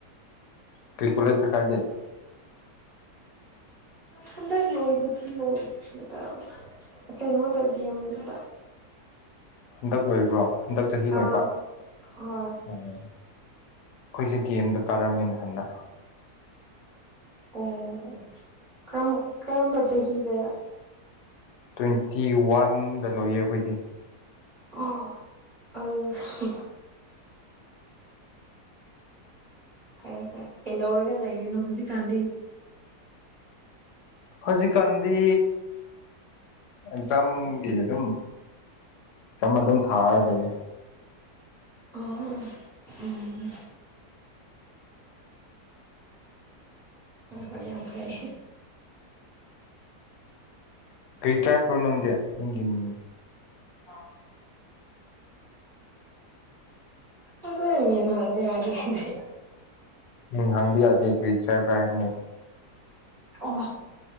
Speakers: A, on the left (about 85°); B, on the right (about 35°).
A: ꯀꯔꯤ ꯀꯂꯦꯖꯇ ꯀꯥꯒꯦ
B: ꯍꯟꯗꯛ ꯂꯣꯏꯕꯗꯤ ꯂꯣꯏꯈ꯭ꯔꯦꯗ ꯀꯩꯅꯣꯗ ꯗꯤ ꯑꯦꯝ ꯗ
A: ꯍꯟꯗꯛ ꯂꯣꯏꯕ꯭ꯔꯣ ꯍꯟꯗꯛ ꯆꯍꯤ ꯂꯣꯏꯕ
B: ꯑꯥ ꯑꯥ
A: ꯎꯝ ꯑꯩꯈꯣꯏꯁꯦ ꯗꯤ ꯑꯦꯝꯗ ꯀꯥꯔꯝꯃꯦ ꯅꯍꯥꯟꯗ
B: ꯑꯣ ꯀꯝ ꯀꯔꯝꯕ ꯆꯍꯤ ꯗ
A: ꯇ꯭ꯋꯦꯟꯇꯤ ꯋꯥꯟꯗ ꯂꯣꯏꯌꯦ ꯑꯩꯈꯣꯏꯗꯤ
B: ꯑꯣ ꯑꯁ ꯍ ꯀꯩꯗꯧꯔꯒ ꯂꯩꯔꯤꯅꯣ ꯍꯧꯖꯤꯛꯀꯥꯟꯗꯤ
A: ꯍꯧꯖꯤ ꯀꯥꯟꯗꯤ ꯑꯦꯛꯖꯥꯝꯒꯤ ꯑꯗꯨꯝ ꯑꯦꯛꯖꯥꯝ ꯑꯗꯨꯝ ꯊꯥꯔ ꯂꯩꯔꯦ
B: ꯑꯣ ꯎꯝ ꯍꯣꯏ ꯍꯣꯏ ꯌꯥꯝ ꯐꯩ
A: ꯀꯔꯤ ꯇ꯭ꯔꯥꯏ ꯄ꯭ꯔꯣ ꯅꯪꯗꯤ ꯅꯪꯒꯤ ꯃꯤꯡ
B: ꯑꯥ ꯎꯝꯗ ꯃꯤ ꯍꯪꯕ ꯌꯥꯗꯦ ꯍꯥꯏꯇꯥꯏꯅꯦ
A: ꯃꯤ ꯍꯪꯕ ꯌꯥꯗꯦ ꯀꯔꯤ ꯇ꯭ꯔꯞꯂ ꯍꯥꯏꯕ꯭ꯔꯥꯅꯤ
B: ꯑꯣ